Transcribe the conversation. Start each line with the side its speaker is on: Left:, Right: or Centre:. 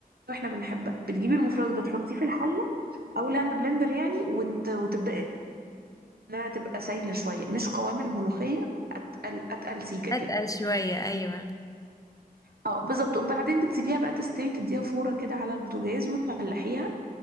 Right: واحنا بنحبها بتجيبي المفرغ ده تحطيه في الحله او الهاند بلندر يعني وت... وتبداي انها تبقى سايله شويه مش قوام الملوخيه اتقل اتقل سيكه
Left: اتقل
Right: كده
Left: شوية ايوه
Right: اه بالظبط وبعدين بتسيبيها بقى تستوي تديها فوره كده على البوتاجاز وتملحيها